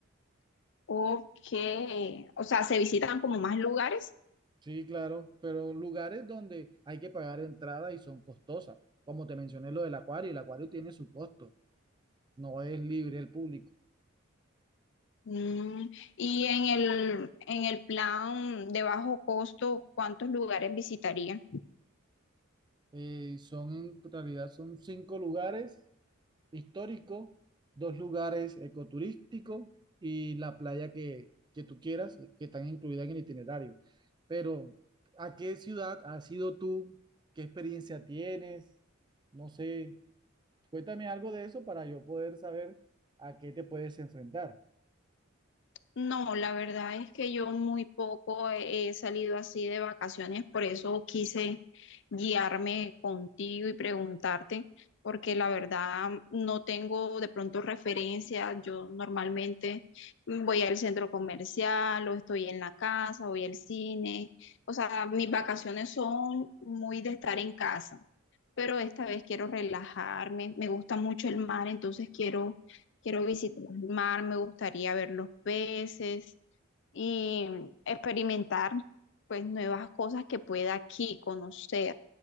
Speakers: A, on the left; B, on the right.
A: O que, o sea, se visitan como más lugares.
B: Sí, claro, pero lugares donde hay que pagar entrada y son costosas. Como te mencioné lo del acuario, el acuario tiene su costo, no es libre el público.
A: Mm, y en el, en el plan de bajo costo, ¿cuántos lugares visitaría?
B: Eh, son, en realidad son cinco lugares históricos, dos lugares ecoturísticos y la playa que, que tú quieras, eh, que están incluidas en el itinerario. Pero, ¿a qué ciudad has ido tú? ¿Qué experiencia tienes? No sé, cuéntame algo de eso para yo poder saber a qué te puedes enfrentar.
A: No, la verdad es que yo muy poco he he salido así de vacaciones, por eso quise guiarme contigo y preguntarte, porque la verdad no tengo de pronto referencia. Yo normalmente voy al centro comercial o estoy en la casa, voy al cine. O sea, mis vacaciones son muy de estar en casa pero esta vez quiero relajarme. Me gusta mucho el mar, entonces quiero, quiero visitar el mar, me gustaría ver los peces y experimentar pues nuevas cosas que pueda aquí conocer.